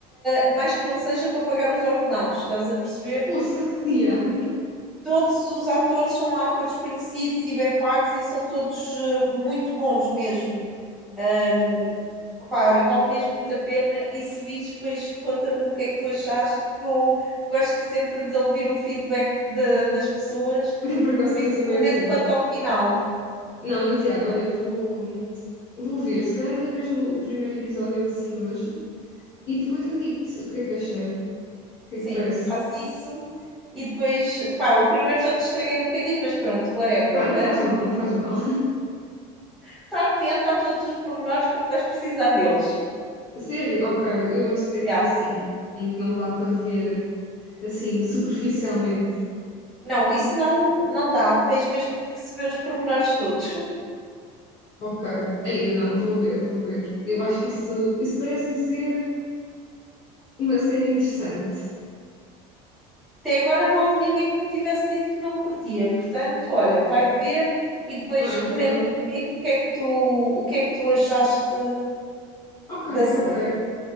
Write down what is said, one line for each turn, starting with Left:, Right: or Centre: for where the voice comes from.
Centre: uh, mais que não seja para pagar os ordenados, estás a perceber?
Left: Força. <laughs> Yeah.
Centre: Todos os atores são atores conhecidos e bem pagos e são todos uh, muito bons mesmo. Ahm, opá, olha, vale mesmo muito a pena. E se vires, depois conta-me o que é que tu achaste, que eu gosto sempre de ouvir o feedback de- das pessoas,
Left: Eu por acaso
Centre: principalmente
Left: também sou bem assim.
Centre: quanto ao final.
Left: Não, mas yeah, olha, vou, vou ver. Se calhar ainda vejo o primeiro episódio assim hoje e depois eu digo-te o que é que achei. O que
Centre: Sim,
Left: é que te parece?
Centre: faz isso. E depois, pá, o primeiro já te estraguei um bocadinho, mas pronto, whatever.
Left: Pá, não faz mal, não faz mal.
Centre: Está atento a todos os pormenores porque vais precisar deles.
Left: <laughs> Sério, ok, eu gosto de séries
Centre: Já.
Left: assim, em que não dá para ver assim, superficialmente.
Centre: Não, isso não, não dá. Tens mesmo que perceber os pormenores todos. <laughs>
Left: Ok, aí eu não, vou ver, vou ver. Eu acho que isso, isso parece-me ser uma série interessante.
Centre: Até agora não houve ninguém que me tivesse dito que não curtia. Portanto, olha, vai ver e depois
Left: Ah, então,
Centre: comenta comigo o que é que tu, o que é que tu achaste
Left: ok,
Centre: da série.
Left: ok,